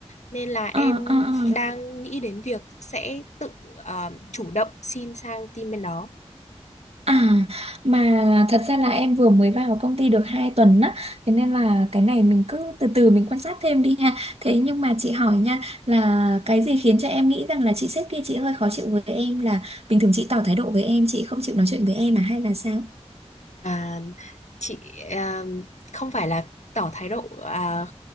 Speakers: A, on the left (about 80°); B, on the right (about 60°).
A: nên là em
B: ờ, ờ, ờ.
A: đang nghĩ đến việc sẽ tự ờ, chủ động xin sang team bên đó.
B: À, mà thật ra là em vừa mới vào công ty được 2 tuần á, thế nên là cái này mình cứ từ từ mình quan sát thêm đi ha. Thế nhưng mà chị hỏi nha, là cái gì khiến cho em nghĩ rằng là chị sếp kia chị hơi khó chịu với em là bình thường chị tỏ thái độ với em, chị không chịu nói chuyện với em à hay là sao?
A: À, chị à, không phải là tỏ thái độ à,